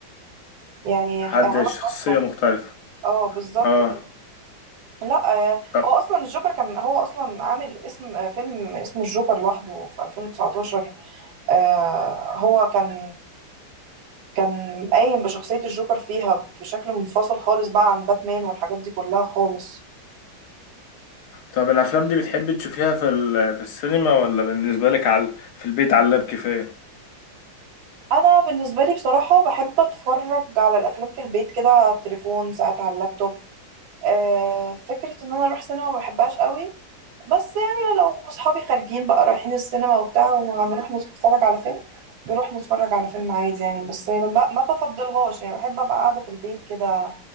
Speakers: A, on the right; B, on the left.
A: يعني
B: حد
A: عمل
B: شخصية
A: بصمة فيه
B: مختلفة
A: اه بالظبط
B: اه
A: كده لا آه،
B: طب
A: هو اصلا الجوكر كان هو اصلا عامل اسم آه، فيلم اسمه الجوكر لوحده في 2019 آه، هو كان كان قايم بشخصية الجوكر فيها بشكل منفصل خالص بقى عن باتمان والحاجات دي كلها خالص
B: طب الافلام دي بتحبي تشوفيها في ال- في السينما ولا بالنسبه لك على في البيت على اللاب كفايه
A: أنا بالنسبة لي بصراحة بحب أتفرج على الأفلام في البيت كده على التليفون ساعات على اللابتوب آه فكرة إن أنا أروح سينما ما بحبهاش قوي بس يعني لو أصحابي خارجين بقى رايحين السينما وبتاع وهنروح نتفرج على فيلم نروح نتفرج على فيلم عادي يعني بس ما ما بفضلهاش يعني بحب أبقى قاعدة في البيت كده